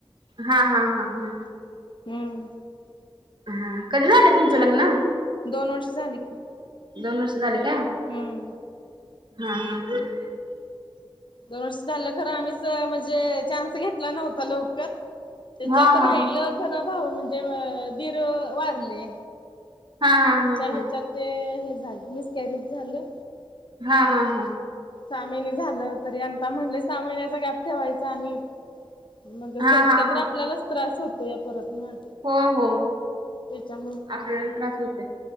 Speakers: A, on the right; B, on the left.
A: हा हा हा हा
B: हम्म
A: हा कधी झालं तुमच लग्न?
B: दोन वर्ष झाल की.
A: दोन वर्ष झाली का,
B: हम्म
A: हा ह
B: दोन वर्ष झालं खरं आम्हीच म्हणजे चान्स घेतला नव्हता लवकर त्याच्यात
A: हा हा
B: राहिलं खरं भावं म्हणजे दीर वारले.
A: हा हा हा
B: त्याच्या
A: हा
B: ह्याच्यात ते हे झालं मिसकॅरीज झालं.
A: हा हा हा.
B: सहा महिने झालं तरी आंता म्हणले सहा महिन्याचा गॅप ठेवायचा आणि मगच
A: हा
B: घ्यायचं
A: हा
B: का
A: हा
B: तर आपल्यालाच त्रास होतोया परत ना.
A: हो हो
B: त्याच्यामुळ
A: आपल्याला त्रास होतय.